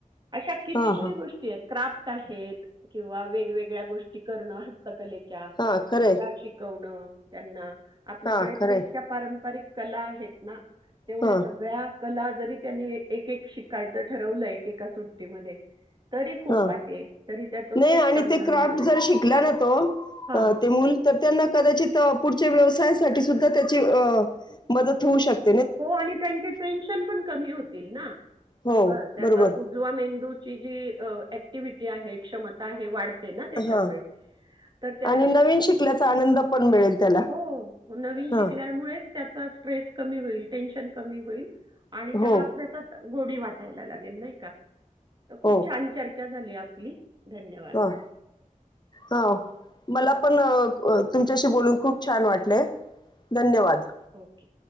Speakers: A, on the right (about 35°); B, on the left (about 30°).
A: अशा कितीतरी
B: हां हां
A: गोष्टी- क्राफ्ट आहेत किंवा वेगवेगळ्या गोष्टी करणं हस्त कलेच्या
B: हां खरंय
A: शिकवण त्यांना आपल्याकडे
B: हां खरंय
A: त इतक्या पारंपरिक कला आहेत ना तेवढ्या
B: हां
A: सगळ्या कला जरी त्यांनी एक-एक शिकायचं ठरवलं एकेका सुट्टीमध्ये तरी खूप
B: हां
A: आहे तरी त्यात
B: नाही
A: खूप
B: आणि
A: चांगला
B: ते क्राफ्ट
A: वेळ जाईल
B: जर शिकला ना तो
A: हां
B: अ ते मूल तर त्यांना कदाचित, पुढच्या व्यवसायासाठी सुद्धा त्याची मदत होऊ शक
A: हो, आणि त्यांचे टेन्शन पण कमी होतील ना
B: हो
A: अस त्या
B: बरोबर
A: उजवा मेंदूची जी ऍक्टिव्हटी आहे. क्षमता आहे. वाढते ना त्याच्यामुळे.
B: हा
A: तर त्या
B: आणि नवीन शिकल्याचा आनंद पण मिळेल त्याला.
A: हो नवीन
B: हा
A: शिकल्यामुळेच त्याचा ट्रेस कमी होईल. टेन्शन कमी होईल. आणि त्याला
B: हो
A: अभ्यासात गोडी वाटायला लागेल. नाही का, तर खूप
B: हो
A: छान चर्चा झाली आपली. धन्यवाद.
B: ह हो, मला पण अ तुमच्याशी बोलून खूप छान वाटले. धन्यवाद.
A: ओके.